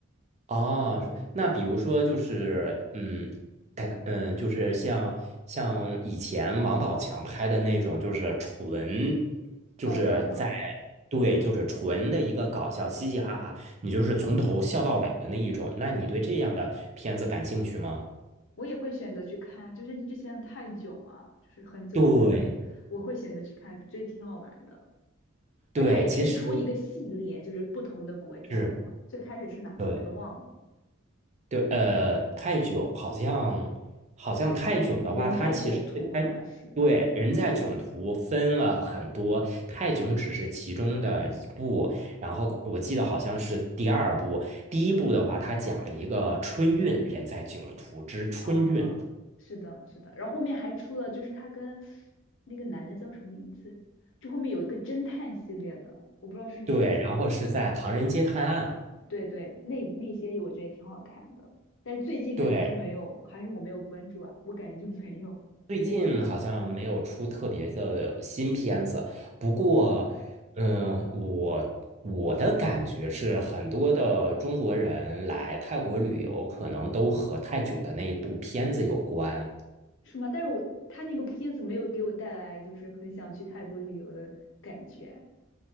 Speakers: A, on the right (about 35°); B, on the left (about 65°).
A: 哦，
B: 对，
A: 是那比如说就是，嗯，改革嗯，就是像像以前王宝强拍的那种，就是纯，就是在
B: 搞笑吗？
A: 对，就是纯的一个搞笑，嘻嘻哈哈，你就是从头笑到尾的那一种。那你对这样的片子感兴趣吗？
B: 我也会选择去看，就是之前的泰囧啊，就是很久以前了，
A: 对
B: 我会选择去看，觉得挺好玩的。
A: 对，
B: 而它也是出一个系列，
A: 其实
B: 就是不同的国家，
A: 是
B: 是吧？最开始是哪个我都忘了，
A: 对。对，呃，泰囧好像好像泰囧的话，
B: 人在囧途好像是，
A: 它其实最开对人在囧途分了很多，泰囧只是其中的一部。然后我记得好像是第二部，第一部的话，它讲了一个春运，人在囧途之春运。
B: 哦，是的，是的，然后后面还出了，就是他跟那个男的叫什么名字？就后面有一个侦探系列的，我不知道是是不是，
A: 对，然后是在唐人街探案。
B: 对对，那那些我觉得也挺好看的，但是最近感觉都没有，
A: 对，
B: 还是我没有关注啊，我感觉就没有再出了，
A: 最近好像没有出特别的新片子，不过，
B: 对，
A: 嗯，我我的感觉是，很多的中国人来泰国旅游，可能都和泰囧的那一部片子有关。
B: 是吗？但是我他那部片子没有给我带来就是很想去泰国旅游的感觉，